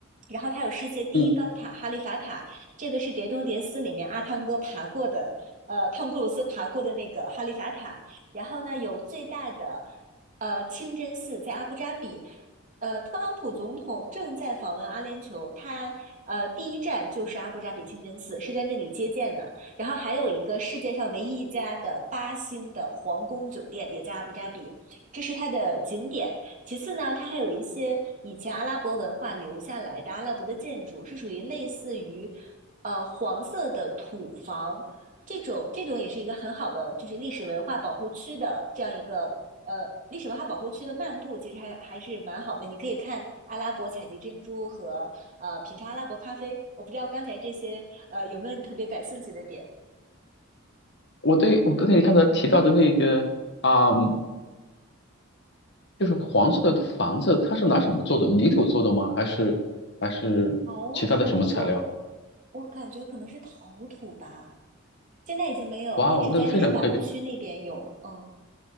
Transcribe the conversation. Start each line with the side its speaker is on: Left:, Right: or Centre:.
Right: 然后它有世界第一高塔哈利法塔，
Left: 嗯，
Right: 这个是《碟中谍四》里面阿汤哥爬过的，呃，汤姆克鲁斯爬过的那个哈利法塔。然后呢，有最大的呃清真寺在阿布扎比。呃，特朗普总统正在访问阿联酋，他呃第一站就是阿布扎比清真寺，是在那里接见的。然后还有一个世界上唯一一家的八星的皇宫酒店也在阿布扎比，这是它的景点。其次呢，它还有一些以前阿拉伯文化留下来的阿拉伯的建筑，是属于类似于，呃，黄色的土房这种，这种也是一个很好的，就是历史文化保护区的这样一个，呃，历史文化保护区的漫步，其实还还是蛮好的。你可以看阿拉伯采集珍珠和呃品尝阿拉伯咖啡。我不知道刚才这些呃有没有你特别感兴趣的点？
Left: 我对我刚才你刚才提到的那个啊、就是黄色的房子，它是拿什么做的？泥土做的吗？还是还是其他的什么材料？
Right: 陶土，我我感觉可能是陶土吧。现在已经没有了，
Left: 哇哦，
Right: 只在历史保护区那边有。
Left: 那个非常特别，
Right: 嗯，